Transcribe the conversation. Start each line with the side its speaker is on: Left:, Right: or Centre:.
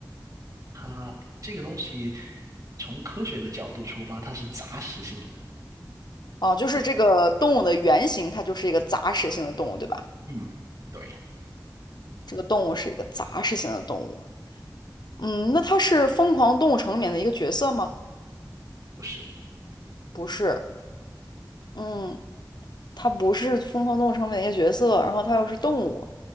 Right: 它这个东西从科学的角度出发，它是杂食性的。
Left: 哦，就是这个动物的原型，它就是一个杂食性的动物，对吧？
Right: 嗯，对，
Left: 这个动物是一个杂食性的动物。嗯，那它是《疯狂动物城》里面的一个角色吗？
Right: 不是。
Left: 不是，嗯，它不是《疯狂动物城》里面的一个角色，然后它又是动物，